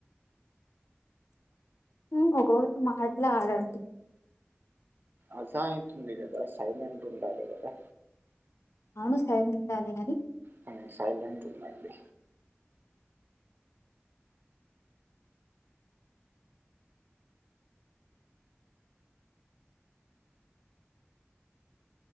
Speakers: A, on the left; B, on the right.
A: హుమ్ ఒక్కొక్కటి మాట్లాడండి
B: అజాతుంది కదా సైలెంట్ ఉండాలి కదా
A: అవును సైలెంట్గా ఉండాలి కాని
B: హు సైలెంట్ ఉండండి